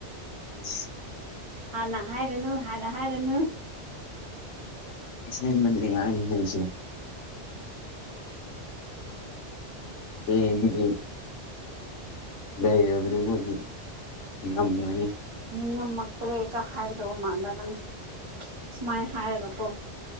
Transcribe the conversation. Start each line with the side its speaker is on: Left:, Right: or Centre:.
Left: ꯏꯁ
Right: ꯍꯥꯟꯅ ꯍꯥꯏꯔꯅꯨ ꯍꯥꯟꯅ ꯍꯥꯏꯔꯅꯨ
Left: ꯑꯁꯦꯕꯅꯦ ꯉꯥꯡꯉꯤꯖꯦ ꯍꯌꯦꯡꯗꯒꯤ ꯂꯩꯔꯕꯅꯤ ꯃꯣꯏꯒꯤ ꯉꯝꯃꯅꯤ
Right: ꯅꯤꯡꯉꯝꯃꯛꯇ꯭ꯔꯦꯀ ꯍꯥꯏꯒꯗꯧꯕ ꯃꯥꯟꯕ ꯅꯪꯁꯦ ꯁꯨꯃꯥꯏꯅ ꯍꯥꯏꯔꯒ ꯀꯣ